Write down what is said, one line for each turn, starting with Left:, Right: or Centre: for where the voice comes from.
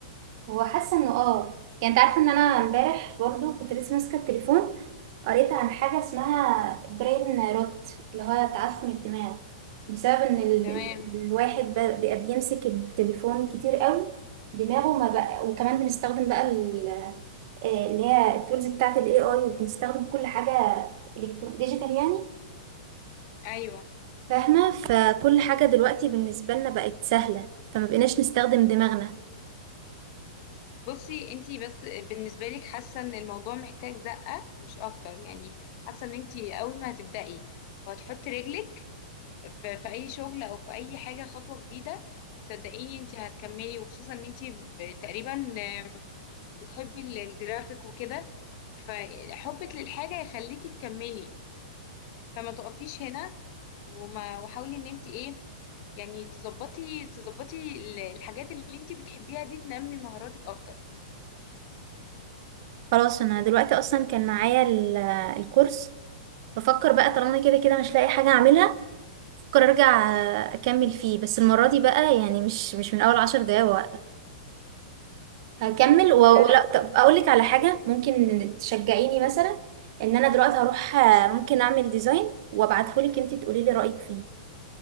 Right: هو حاسه انه اه يعني انت عارفه ان انا امبارح برضو كنت لسه ماسكه التليفون قريت عن حاجه اسمها برين روت اللي هو تعفن الدماغ بسبب ان ال...
Left: تمام
Right: ال- الواحد ب- بقى بيمسك التليفون كتير قوي دماغه ما بقى وكمان بنستخدم بقى ال... آه، اللي هي التولز بتاعه الاي اي وبنستخدم كل حاجه الكترون ديجيتال يعني
Left: ايوه
Right: فاهمه فكل حاجه دلوقتي بالنسبه لنا بقت سهله فما بقيناش نستخدم دماغنا
Left: بصي انتي بس بالنسبه لك حاسه ان الموضوع محتاج زقه مش اكتر يعني حاسه ان انتي اول ما هتبداي وهتحطي رجلك في, في اي شغل او في اي حاجه خطوه جديده صدقيني انتي هتكملي وخصوصا ان انتي ب- تقريبا بتحبي ال- الجرافيك وكده فحبك للحاجه يخليكي تكملي فما تقفيش هنا وما وحاولي ان انتي ايه يعني تظبطي تظبطي ال- الحاجات اللي انتي بتحبيها دي تنمي مهاراتك اكتر
Right: خلاص انا دلوقتي اصلا كان معايا ال- الكورس بفكر بقى طالما انا كده كده مش لاقي حاجه اعملها بفكر ارجع آه، اكمل فيه بس المره دي بقى يعني مش مش من اول عشر دقايق وقف هكمل و-
Left: لا
Right: ولا
Left: لا
Right: طب اقول لك على حاجه ممكن تشجعيني مثلا ان انا دلوقتي هروح آه،
Left: ماشي
Right: ممكن اعمل ديزاين وابعتهولك انت تقولي لي رايك فيه